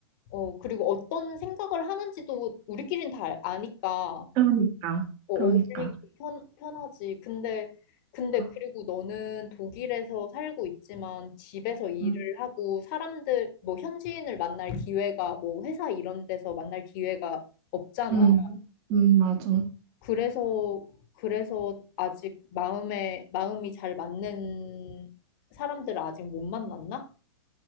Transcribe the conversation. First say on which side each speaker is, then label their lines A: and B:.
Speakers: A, on the left; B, on the right.
A: 어, 그리고 어떤 생각을 하는지도 우리끼린 다 아니까
B: 그러니까
A: 어,
B: 그러니까.
A: 어울리기 편, 편하지. 근데, 근데
B: 아,
A: 그리고 너는 독일에서 살고 있지만 집에서 일을
B: 음,
A: 하고 사람들, 뭐 현지인을 만날 기회가 뭐 회사 이런 데서 만날 기회가 없잖아.
B: 음, 음, 맞아.
A: 그래서 그래서 아직 마음에 마음이 잘 맞는 사람들을 아직 못 만났나?